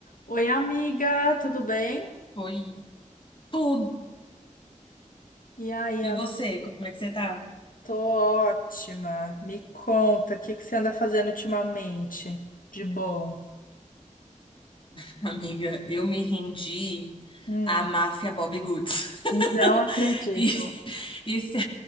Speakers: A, on the left; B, on the left.
A: Oi, amiga, tudo bem?
B: Foi tudo.
A: E aí,
B: E
A: amiga?
B: você, como é que você tá?
A: Tô ótima. Me conta, o que que você anda fazendo ultimamente? De bom.
B: <laughs> Amiga, eu me rendi
A: Hum,
B: à máfia Bobby Goods. <laughs>
A: não acredito.
B: E, e se,